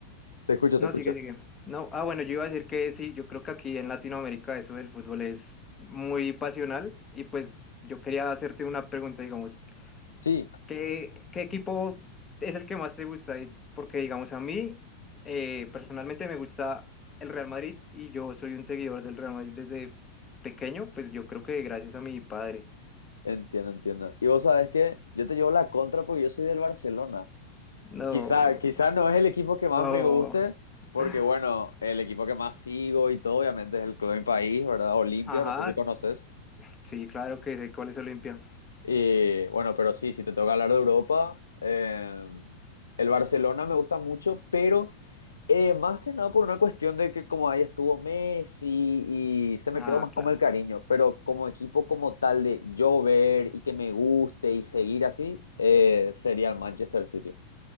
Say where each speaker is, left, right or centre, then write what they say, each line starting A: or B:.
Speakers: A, on the left (about 70°); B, on the left (about 20°).
A: te escucho,
B: No,
A: te escucho.
B: sigue, sigue. No, ah, bueno, yo iba a decir que sí, yo creo que aquí en Latinoamérica eso del fútbol es muy pasional y pues yo quería hacerte una pregunta, digamos,
A: Sí,
B: ¿qué, qué equipo es el que más te gusta? Y- Porque, digamos, a mí eh, personalmente me gusta el Real Madrid y yo soy un seguidor del Real Madrid desde pequeño, pues yo creo que gracias a mi padre.
A: entiendo, entiendo. Y vos sabés que yo te llevo la contra porque yo soy del Barcelona.
B: No,
A: Quizá, quizá no es el equipo que
B: no.
A: más me guste, porque
B: <laughs>
A: bueno, el equipo que más sigo y todo, obviamente, es el club de mi país, ¿verdad? Olimpia,
B: Ajá,
A: no sé si conoces.
B: sí, claro que sé cuál es Olimpia.
A: Y bueno, pero sí, si te toca hablar de Europa, eh, el Barcelona me gusta mucho, pero eh, más que nada por una cuestión de que como ahí estuvo Messi y se me
B: Ah,
A: quedó más
B: claro.
A: como el cariño, pero como equipo como tal de yo ver y que me guste y seguir así, eh, sería el Manchester City.